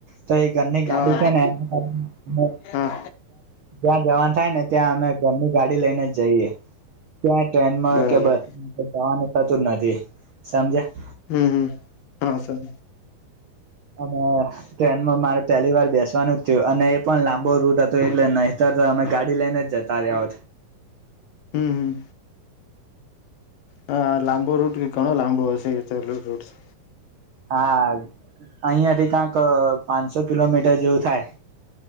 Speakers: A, on the right; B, on the left.
A: તો એ ઘરની ગાડી
B: હા
A: છે ને એના કારણે
B: હા
A: જ્યાં જવાન થાય ને ત્યાં અમે ઘરની ગાડી લઈને જ જઈએ ક્યાં ટ્રેન માં
B: બરાબર
A: કે બસમાં જવાનું થતું નથી સમજયા
B: હમ હમ હા સર
A: અને ટ્રેનમાં મારે પહેલી વાર બેસવાનું જ થયું અને એ પણ લાંબો રૂટ હતો એટલે નહીતર તો અમે ગાડી લઈને જ જતા રહ્યા.
B: હમ હમ હા લાંબો રૂટ ઘણો લાંબો <unintelligible>
A: હા અહિયાંથી કાંક પાંચસો કિલોમીટર જેવું થાય.